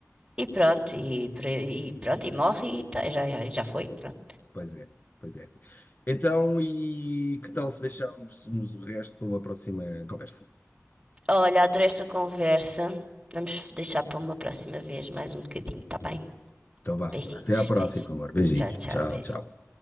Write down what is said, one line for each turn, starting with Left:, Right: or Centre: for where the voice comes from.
Right: E pronto, e, pre- e pronto, e morre e tá, já, já já foi, pronto.
Left: Pois é, pois é. Então, e que tal se deixarmos o resto para uma próxima conversa?
Right: Olha, adorei esta conversa. Vamos deixar para uma próxima vez mais um bocadinho, tá bem?
Left: Então vá,
Right: Beijinhos,
Left: até à próxima,
Right: beijinhos.
Left: amor. Beijinhos.
Right: Tchau, tchau,
Left: Tchau,
Right: beijinhos.
Left: tchau.